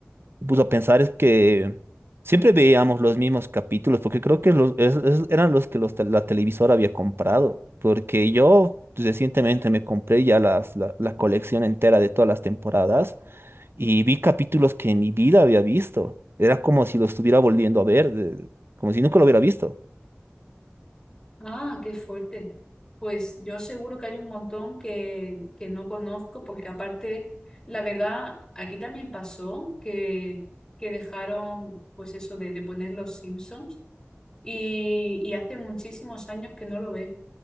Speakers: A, on the right; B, on the left.
A: puso a pensar es que siempre veíamos los mismos capítulos, porque creo que los, es- es- eran los que los te- la televisora había comprado, porque yo recientemente me compré ya las, la, la colección entera de todas las temporadas y vi capítulos que en mi vida había visto. Era como si lo estuviera volviendo a ver, eh, como si nunca lo hubiera visto.
B: Ah, qué fuerte. Pues yo seguro que hay un montón que, que no conozco, porque aparte, la verdad, aquí también pasó que, que dejaron, pues eso de, de poner los Simpsons y, y hace muchísimos años que no lo ve.